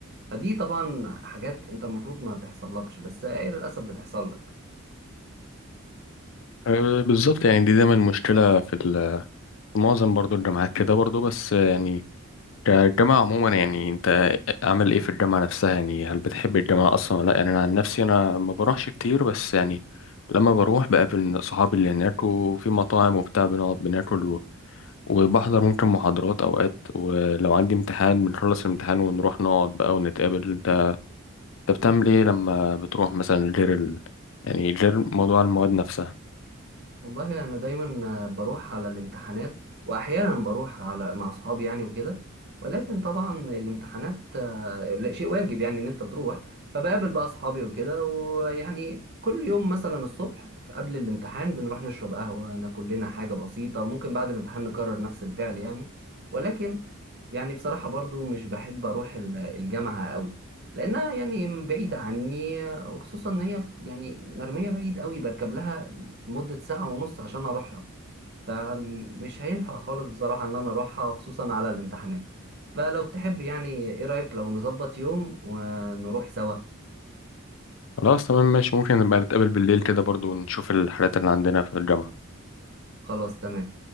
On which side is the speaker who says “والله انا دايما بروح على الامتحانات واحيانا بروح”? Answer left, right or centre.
Right